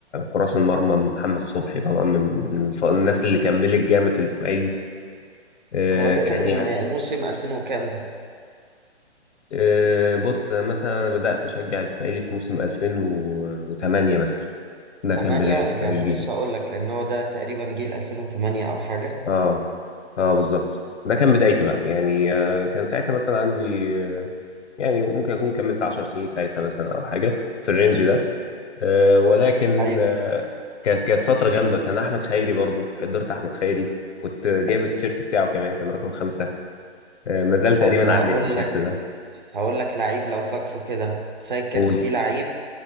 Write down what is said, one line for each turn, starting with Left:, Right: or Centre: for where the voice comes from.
Left: حراس المرمى محمد صبحي طبعا من من الف- الناس اللي كملت جامد في الإسماعيلي آه،
Right: هو ده
Left: كان
Right: كان
Left: يعني
Right: موسم 2000 وكام ده
Left: آه، بص مثلا أنا بدأت أشجع الإسماعيلي في موسم 2008 مثلا ده
Right: 8
Left: كان بداية
Right: يعني
Left: تشجيعي
Right: لسه هقول لك لأن هو ده تقريبا جيل 2008 أو حاجة
Left: اه اه بالظبط ده كان بدايتي بقى يعني آه، كان ساعتها مثلا عندي آه، يعني ممكن اكون كملت 10 سنين ساعتها مثلا او حاجه في الرينج ده آه، ولكن
Right: أيوه
Left: آه، كانت كانت فتره جامده كان احمد خيري برضو حضرت احمد خيري كنت جايب التيشيرت بتاعه كمان كان رقم خمسة آه، ما زال تقريبا
Right: طب هقول
Left: عندي التيشيرت
Right: لك
Left: ده
Right: هقول لك لعيب لو فاكره كده فاكر
Left: قول
Right: في لعيب